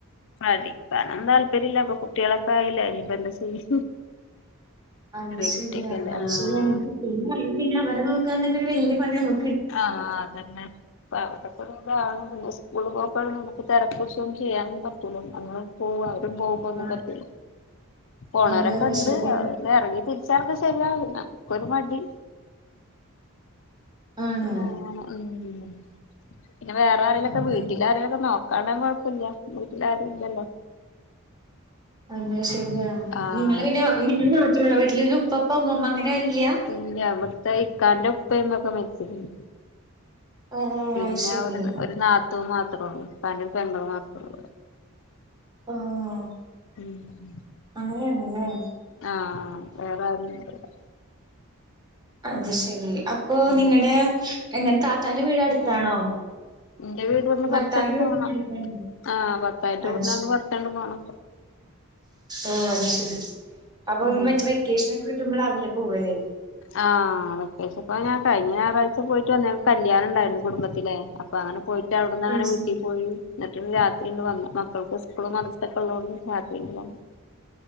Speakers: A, on the left; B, on the right.
A: പഠിക്കാനൊന്നും താല്പര്യം ഇല്ല. ഇപ്പൊ കുട്ട്യേളൊക്കെ ആയില്ലേ ഇനിപ്പ എന്താ ചെയ്യ
B: അത്
A: ചെറിയ
B: ശെരിയാ.
A: കുട്ടിയൊക്കെല്ലേ
B: അത്
A: ആഹ്
B: ശെരിയാണ് എനിക്ക് <unintelligible> അവരെ നോക്കാൻ തന്നെ ഒരു വല്യ പണിയാണൊ
A: ആഹ് അതന്നെ <unintelligible> സ്കൂളില് പോവുമ്പ <unintelligible> ന്നും നമുക്ക് തെരക്ക് പിടിച്ചൊന്നും ചെയ്യാനൊന്നും പറ്റൂലന്ന് നമ്മള് പോവാ അവരും പോകുമ്പ ഒന്നും
B: ആഹ്
A: പറ്റൂല പോണോരൊക്ക
B: അതെ അതെ
A: ഇണ്ട്
B: ശരിയാണ്
A: ഇത് എറങ്ങി തിരിച്ചാലൊക്കെ ശരിയാകും നമ്മക്കൊരു മടി
B: ആണ്
A: ആഹ് അങ്ങന ഉം പിന്നെ വേറെ ആരേലൊക്ക
B: അങ്ങനെ
A: വീട്ടിലാരേലൊക്ക നോ കാണാൻ കൊഴപ്പെല്ല വീട്ടിലാരും ഇല്ലല്ലോ
B: അത് ശരിയാ.
A: ആഹ്
B: നിങ്ങള് പിന്നെ നിങ്ങള് മാത്രേ ഒള്ളാ വീട്ടില് പിന്നെ ഉപ്പപ്പ ഉമ്മമ്മ അങ്ങനെ ആരു ഇല്യാ
A: ഇല്ല ഇവിട്ത്തെ ഇക്കാന്റെ ഉപ്പയ് ഉമ്മേക്ക മരിച്ച്ക്ക്ണ്
B: ഓഹോ
A: പിന്നാ
B: അത് ശരി
A: ഒരു ഒരു നാത്തൂൻ മാത്ര ഒള്ളൂ ഉപ്പാൻ്റെ ഒരു പെങ്ങള് മാത്ര ഒള്ളു
B: ആഹ്
A: ഉം
B: അങ്ങനെയാരുന്ന്ലേ
A: ആഹ് വേറാരും ഇല്ല അവിടെ
B: അത് ശെരി അപ്പൊ
A: ഉം
B: നിങ്ങടെ എന്താണ് താത്താന്റെ വീട് അടുത്താണോ
A: ഇന്റെ വീടീന്ന്
B: ഭർത്താവിന്റെ
A: കൊറച്ചടുത്ത്
B: വീടിന്റെ
A: പോണം.
B: അടുത്താണോ?
A: ആഹ് ഭർത്താവിൻ്റെ
B: അത്
A: വീട്ടിനട്ന്ന്
B: ശരി
A: കൊറച്ചങ്ങ് പോണം
B: ഓഹ് അത് ശെരി. അപ്പ
A: ഉം
B: മ്മച്ച് വെക്കേഷന് കിട്ടുമ്പലാകൂലേ പോവലെ
A: ആഹ് വെക്കേഷൻ ഇപ്പ ഞാൻ കഴിഞ്ഞ ഞായറാഴ്ച പോയിട്ട് വന്നേ കല്യാണം ഇണ്ടായിരുന്നു കുടുംബത്തിലെ അപ് അപ്പ അങ്ങന പോയിട്ട് അവിട്ന്ന
B: അത്
A: അങ്ങന വീട്ടി
B: ശരി
A: പോയി എന്നിട്ട് രാത്രി ഇണ്ട് വന്നു. മക്കൾക്ക് സ്കൂളും മദ്രസെ ക്ക ഒള്ളോണ്ട് രാത്രി ഇങ്ങട് വന്നു